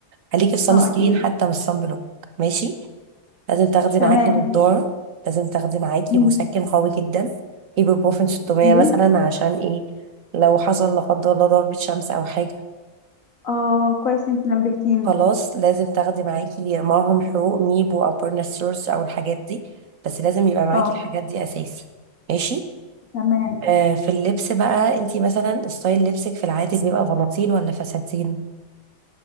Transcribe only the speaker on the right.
خليكي في صن
سكرين
حتى مش صن بلوك ماشي لازم تاخدي
معاكي نضارة لازم تاخدي معاكي
مسكن قوي جدا ايبوبروفين 600
مثلا عشان ايه لو حصل لا قدر الله ضربة شمس او حاجة
خلاص لازم تاخدي معاكي معهم حقوق ميبو او بيرنسورس او الحاجات دي بس لازم يبقى معاكي
الحاجات دي اساسي ماشي
آه في اللبس بقى انتي مثلا ستايل لبسك في العادي بيبقى بناطيل ولا فساتين